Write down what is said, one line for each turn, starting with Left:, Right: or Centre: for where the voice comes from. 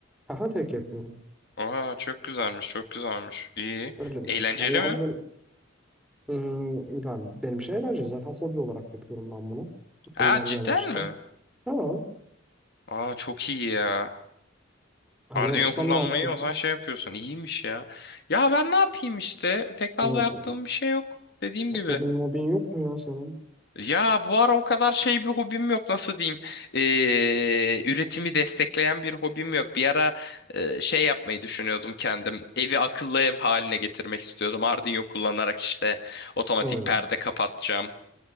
Centre: Aha tek yapıyorum.
Left: Aa, çok güzelmiş, çok güzelmiş. İyi.
Centre: Öyle mi?
Left: Eğlenceli
Centre: Ya ya
Left: mi?
Centre: ben, hmm, ben benim şey eğlence zaten hobi olarak yapıyorum ben bunu.
Left: Aa,
Centre: Eğlence
Left: cidden
Centre: amaçlı.
Left: mi?
Centre: Ha.
Left: Aa, çok iyi ya.
Centre: Hani
Left: Arduino
Centre: sen
Left: kullanmayı
Centre: ne yapıyorsun?
Left: o zaman şey yapıyorsun. İyiymiş ya. Ya ben ne yapayım işte? Pek fazla
Centre: Hani o-
Left: yaptığım bir şey yok. Dediğim gibi.
Centre: hobin mobin yok mu ya senin?
Left: Ya bu ara o kadar şey bir hobim yok. Nasıl diyeyim? Ee, üretimi destekleyen bir hobim yok. Bir ara e, şey yapmayı düşünüyordum kendim. Evi akıllı ev haline getirmek istiyordum. Arduino kullanarak işte otomatik
Centre: Hı.
Left: perde kapatacağım.